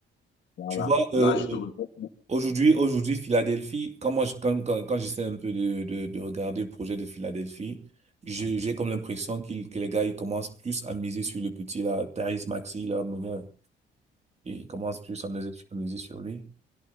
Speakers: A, on the left; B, on the right.
A: Voilà.
B: Tu vois, euh,
A: Là, je
B: euh,
A: te rejoins.
B: aujourd'hui, aujourd'hui, Philadelphie, quand moi, je- quand, quand, quand j'essaie un peu de, de, de regarder le projet de Philadelphie, j'ai, j'ai comme l'impression qu'il, que les gars, ils commencent plus à miser sur le petit, là, Tyrese Maxey, là, mon gars. ils commencent plus à miser, à miser sur lui.